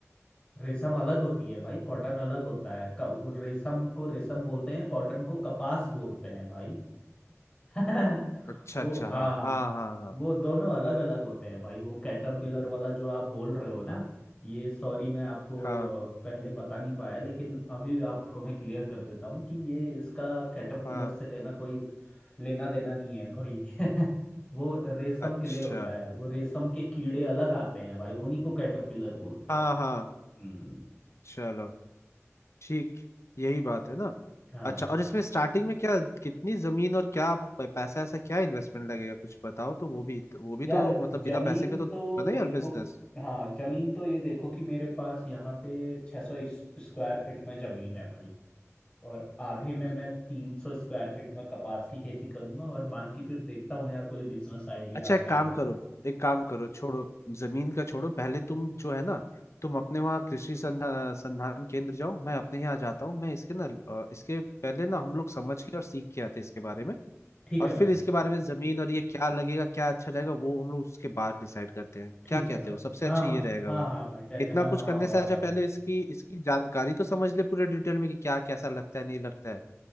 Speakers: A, on the left; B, on the left.
A: रेशम अलग होती है भाई कॉटन अलग होता है क- रेशम को रेशम बोलते हैं कॉटन को कपास बोलते हैं भाई <laughs>
B: अच्छा
A: वो
B: अच्छा
A: हाँ
B: हाँ हाँ हाँ हाँ
A: वो दोनों अलग अलग होते हैं भाई वो कैटरपिलर वाला जो आप बोल रहे हो ना ये सॉरी मैं आपको
B: हाँ
A: अ, पहले बता नहीं पाया लेकिन अभी आपको मैं क्लियर कर देता हूँ कि ये इसका कैटरपिलर
B: हाँ
A: से लेना कोई लेना देना नहीं है कोई <laughs> वो रेशम
B: अच्छा
A: के लिए होता है वो रेशम के कीड़े अलग आते हैं भाई उन्हीं को कैटरपिलर बोलते
B: हाँ
A: हैं
B: हाँ
A: हम्म
B: चलो ठीक यही बात है ना
A: हाँ
B: अच्छा और इसमें स्टार्टिंग में क्या कितनी जमीन और क्या प- पैसा ऐसा क्या इन्वेस्टमेंट लगेगा कुछ बताओ तो वो भी वो भी
A: यार
B: तो मतलब बिना
A: जमीन
B: पैसे के तो नहीं
A: तो
B: होगा ना
A: देखो
B: यार बिजनेस
A: हाँ जमीन तो ये देखो कि मेरे पास यहाँ पे 600 इस- स्क्वायर फीट में जमीन है भाई और आधे में मैं 300 स्क्वायर फीट में कपास की खेती करूंगा और बाकी फिर देखता हूँ यार कोई बिजनेस आइडिया
B: अच्छा
A: आता
B: एक काम
A: है तो
B: करो एक काम करो छोड़ो जमीन का छोड़ो पहले तुम जो है ना तुम अपने वहाँ कृषि संधा- संधान केंद्र जाओ मैं अपने यहाँ जाता हूँ मैं इसके ना अ, इसके पहले ना हम लोग समझ के और सीख के आते हैं इसके बारे में
A: ठीक
B: और
A: है
B: फिर
A: भाई
B: इसके बारे में जमीन और ये क्या लगेगा क्या अच्छा रहेगा वो हम लोग उसके बाद डिसाइड करते हैं
A: ठीक
B: क्या कहते
A: है भाई
B: हो सबसे
A: हाँ
B: अच्छा
A: हाँ
B: ये रहेगा
A: हाँ
B: भाई
A: हाँ भाई पहले
B: इतना
A: मैं वहाँ
B: कुछ करने
A: हो
B: से
A: आता
B: अच्छा पहले
A: हूँ
B: इसकी इसकी जानकारी तो समझ ले पूरे डिटेल में कि क्या कैसा लगता है नहीं लगता है